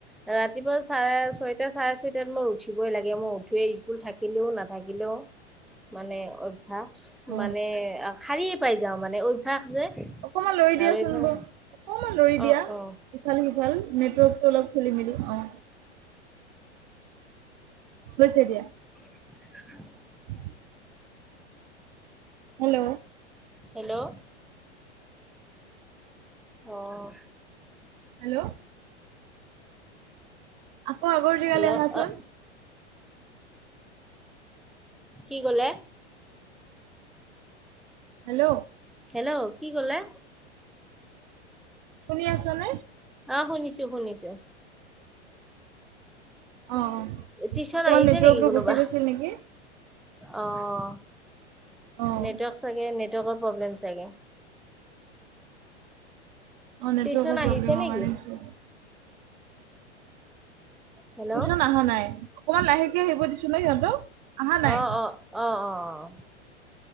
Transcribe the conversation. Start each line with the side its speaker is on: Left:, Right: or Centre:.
Centre: ৰাতিপুৱা চাৰে ছয় চাৰে ছয়টাত মই উঠিবই লাগে মই উঠোৱে স্কুল থাকিলো। নাথাকিলেও মানে অ।
Right: অ
Centre: মানে শাৰীয়ে পাই যাওঁ মানে অভ্যাস। যে
Right: অকমান লৰি দিয়াচোন,
Centre: আৰু এইফালে
Right: অকমান লৰি
Centre: অ
Right: দিয়া
Centre: অ
Right: ইফাল সিফাল। নেটৱৰ্কটো অলপ খেলি মেলি অ। হৈছে এতিয়া।
Centre: উ <inaudible>
Right: অ <inaudible> হেল্ল'।
Centre: হেল্ল' অহ।
Right: হেল্ল'। আকৌ আগৰ জেগালৈ
Centre: হেল্ল'
Right: আচোন।
Centre: অ কি ক'লে?
Right: হেল্ল'।
Centre: হেল্ল' কি ক'লে?
Right: শুনি আছ নে?
Centre: আহ শুনিছো শুনিছো।
Right: অ', অ',
Centre: টিউশন
Right: অকমান
Centre: আহিছে
Right: নেটৱৰ্কটো
Centre: নেকি কোনোবা?
Right: গুচি গৈছিল নেকি?
Centre: অ'
Right: অ',
Centre: নেটৱৰ্ক চাগে নেটৱৰ্কৰ প্ৰব্লেম চাগে?
Right: অ' নেটৱৰ্কৰ
Centre: টিউচন আহিছে
Right: প্ৰব্লেমৰ
Centre: নেকি
Right: কাৰণে হৈছে।
Centre: হেল্ল'
Right: টিউশচন অহা নাই অকণমান লাহেকে আহিব দিছো ন সিহঁতক। আহা নাই।
Centre: আহ অ আহ অ অ।